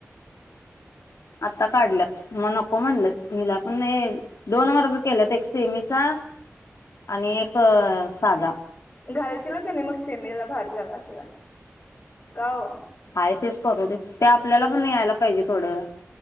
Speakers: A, on the left (about 80°); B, on the left (about 50°).
A: आता काढल्यात मग नको म्हणलं मीला पण दोन वर्ग केल्यात एक सेमीचा आणि एक साधा.
B: घालशीला काय नाही मग सेमीला भारी झाला असला. का ओ?
A: आहे तेच करू दे ते आपल्याला पण यायला पाहिजे थोडं.